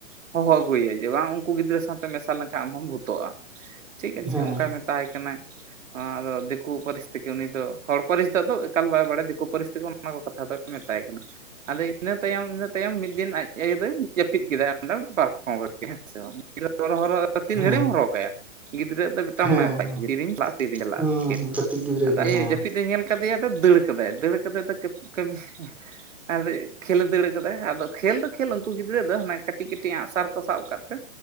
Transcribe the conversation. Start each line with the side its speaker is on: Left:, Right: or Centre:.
Right: ᱦᱚᱦᱚ ᱟᱹᱜᱩᱭᱟᱭ ᱡᱮ ᱵᱟᱝ ᱩᱱᱠᱩ ᱜᱤᱫᱽᱨᱟᱹ ᱥᱟᱶᱛᱮ ᱢᱮᱥᱟ ᱞᱮᱱᱠᱷᱟᱱ ᱟᱢ ᱦᱚᱢ ᱵᱷᱩᱛᱩᱚᱜᱼᱟ᱾ ᱴᱷᱤᱠ ᱟᱪᱷᱮ
Centre: ᱦᱮᱸ ᱦᱮᱸ
Right: ᱚᱱᱠᱟᱭ ᱢᱮᱛᱟ ᱦᱟᱭ ᱠᱟᱱᱟᱭ, ᱦᱚᱸ ᱟᱫᱚ ᱫᱤᱠᱩ ᱯᱟᱨᱤᱥ ᱛᱮᱜᱮ ᱩᱱᱤ ᱫᱚ ᱦᱚᱲ ᱯᱟᱨᱤᱥ ᱫᱚ ᱟᱫᱚ ᱮᱠᱟᱞ ᱵᱟᱭ ᱵᱟᱲᱟᱭᱟ ᱫᱤᱠᱩ ᱯᱟᱨᱤᱥ ᱛᱮᱜᱮ ᱚᱱ ᱚᱱᱟ ᱠᱚ ᱠᱟᱛᱷᱟ ᱫᱚᱭ ᱢᱮᱛᱟᱭ ᱠᱟᱱᱟ ᱟᱫᱚ ᱤᱱᱟᱹ ᱛᱟᱭᱚᱢ ᱤᱱᱟᱹ ᱛᱟᱭᱚᱢ ᱢᱤᱫ ᱫᱤᱱ ᱟᱡ ᱟᱭᱳ ᱫᱚᱭ ᱡᱟᱹᱯᱤᱫ ᱠᱮᱫᱟᱭ ᱚᱸᱰᱮ ᱯᱟᱨᱠᱚᱢ ᱨᱮᱜᱮ ᱦᱮᱸ ᱥᱮ ᱵᱟᱝ <inaudible> ᱛᱤᱱ
Centre: ᱦᱮᱸ
Right: ᱜᱷᱟᱹᱲᱤᱡ ᱮᱢ ᱦᱚᱨᱦᱚ ᱠᱟᱭᱟ᱾ ᱜᱤᱫᱽᱨᱟᱹ ᱫᱚ ᱢᱤᱫᱴᱟᱝ
Centre: ᱦᱮᱸ ᱦᱮᱸ
Right: <inaudible> ᱛᱤᱨᱤᱧ ᱪᱟᱞᱟᱜᱼᱟ ᱛᱤᱨᱤᱧ ᱪᱟᱞᱟᱜᱼᱟ
Centre: ᱦᱩᱸ
Right: ᱠᱷᱮᱞ
Centre: ᱠᱟᱹᱴᱤᱡ ᱜᱤᱫᱽᱨᱟᱹ ᱫᱚ
Right: ᱮ
Centre: ᱦᱮᱸ
Right: ᱡᱟᱹᱯᱤᱫ ᱮ ᱧᱮᱞ ᱠᱟᱫᱮᱟᱭ ᱫᱚ ᱫᱟᱹᱲ ᱠᱟᱫᱟᱭ ᱫᱟᱹᱲ ᱠᱟᱫᱟᱭ ᱟᱫᱚ ᱠᱟᱹᱢᱤ᱾ ᱟᱫᱚ ᱠᱷᱮᱞ ᱮ ᱫᱟᱹᱲ ᱟᱠᱟᱫᱟᱭ ᱟᱫᱚ ᱠᱷᱮᱞ ᱫᱚ ᱠᱷᱮᱞ ᱩᱱᱠᱩ ᱜᱤᱫᱽᱨᱟᱹ ᱫᱚ ᱦᱟᱸᱜ ᱠᱟᱹᱴᱤᱡ ᱠᱟᱹᱴᱤᱡ ᱟᱸᱜ ᱥᱟᱨ ᱠᱚ ᱥᱟᱵ ᱟᱠᱟᱫ ᱛᱮ